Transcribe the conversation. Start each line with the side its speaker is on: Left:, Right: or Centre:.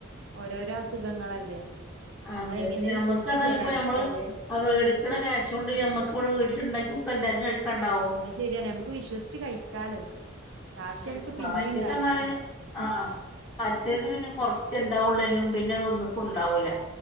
Right: ഓരോരോ അസുഖങ്ങളല്ലേ നമ്മള്
Left: അതെപിന്നെ
Right: എങ്ങനെ വിശ്വസിച്ച്
Left: അമ്മക്ക് പറഞ്ഞ ഇപ്പ
Right: കഴിക്കല്ലേ
Left: ഞമ്മള് ആ വേടിക്ക്ണ ക്യാഷോണ്ട്
Right: ഉം
Left: ഞമ്മക് ഇവ്ടെ വീട്ടിലിണ്ടാ ഫുഡ്‌ <unintelligible> ല്ലാർക്കും കഴിക്കാണ്ടാവും
Right: അത് ശെരിയാണ് ഞമക്ക് വിശ്വസിച്ച് കഴിക്കാലോ കാശ്
Left: കഴിക്കാം
Right: ഞമക്ക് പിന്നിം
Left: മറ്റേത്
Right: ഇണ്ടാക്കാ
Left: പറഞ്ഞാല് ആഹ് മറ്റേത് പിന്നെ കൊറചേണ്ടാവുള്ളേനും പിന്നെ അത് ഒന്ന്ക്കും ഉണ്ടാവൂല